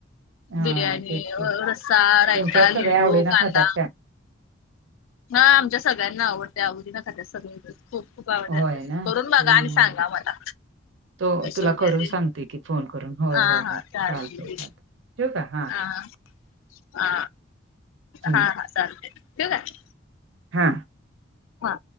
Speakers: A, on the right; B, on the left.
A: हां,
B: बिर्याणी
A: तेच की.
B: रस्सा
A: तुमच्यात
B: खायला
A: सगळ्या
B: लिंबू
A: आवडीनं
B: कांदा.
A: खात्यात काय?
B: हा आमच्या सगळ्यांना आवडत आवदीना खात्या सगळ खूप खू.
A: होय ना?
B: करून बघा
A: हं.
B: आणि सांगा मला.
A: तो
B: कशी
A: तुला
B: होत्या
A: करून
B: ते
A: सांगते की फोन करून होय
B: हा
A: होय
B: हा
A: होय चालतय
B: चालते की
A: चालत. युग ह.
B: हा. हा
A: हं,
B: हा हा चालते ठीक आहे.
A: हा.
B: हा.